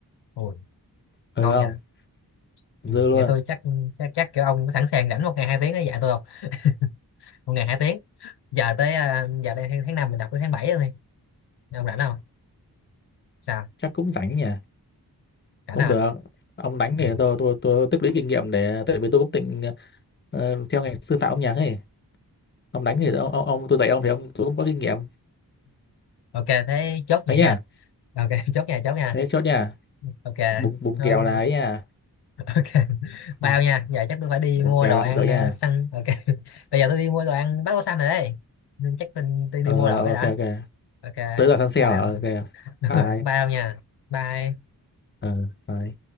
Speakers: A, on the left; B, on the left.
A: ui
B: ừ
A: ngon
B: không
A: nha
B: dư
A: ừ.
B: luôn
A: vậy tôi chắc chắc chắc kiểu ông có sẵn sàng rảnh một ngày 2 tiếng để dạy tôi không một ngày 2 tiếng giờ tới à, giờ đây tháng năm mình đọc tới tháng 7 rồi Nghe ông rảnh không sao
B: chắc cũng rảnh nhỉ
A: rảnh
B: cũng
A: à
B: được ông đánh
A: ừ.
B: thì tôi tôi tôi tích lũy kinh nghiệm để tại vì tôi cũng định ờ, theo ngành sư phạm âm nhạc ấy ông đánh thì ông, ông, ông tôi dạy ông thì ông tôi cũng có kinh nghiệm
A: ok thế chốt vậy
B: thế nhá
A: nha ok <laughs> chốt nha chốt nha
B: thế chốt nha
A: ok
B: bùng bùng
A: thôi
B: kèo là ấy nha
A: ok <laughs> bao
B: Ừ,
A: nha giờ chắc tôi phải đi mua
B: bùng kèo
A: đồ
B: là
A: ăn
B: không được nha
A: ờ, xăng ok <laughs> bây giờ tôi đi mua đồ ăn bát có xanh rồi đây nên chắc tôi, tôi
B: ờ
A: đi mua đồ cái
B: ok
A: đã
B: ok
A: ok
B: tới giờ săn sale
A: bao
B: à? ok
A: <laughs> đúng
B: bye
A: rồi bao nha bye
B: ờ bye